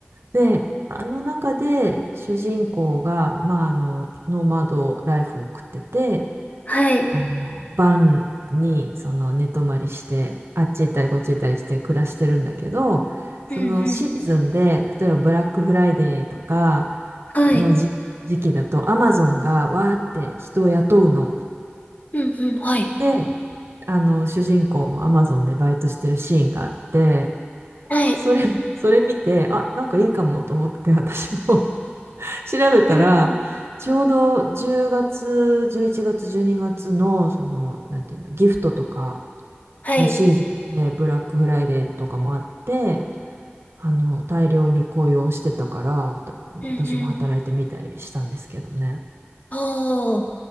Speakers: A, on the right (about 90°); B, on the left (about 40°).
A: う。で、あの中で主人公が、まあ、あの、ノマドライフを送ってて、
B: はい。
A: あの、晩にその寝泊まりして、あっち行ったりこっち行ったりして暮らしてるんだけど、そのシーズンで、
B: うんうん。
A: 例えばブラックフライデーとか
B: はい。
A: のじ時期だと、アマゾンがわーって人を雇うの。
B: うんうん。はい。
A: で、あの、主人公もアマゾンでバイトしてるシーンがあって、
B: はい。
A: それ、<laughs> それ見て、あ、なんかいいかもと思って私も <laughs> 調べたら、
B: うんうん。
A: ちょうど10月、11月、12月の、その、なんていうの、ギフトとか、
B: はい。
A: のシーズンでブラックフライデーとかもあって、あの、大量に雇用してたから、わた私も働いてみたりしたんですけどね。
B: うんうん。おー、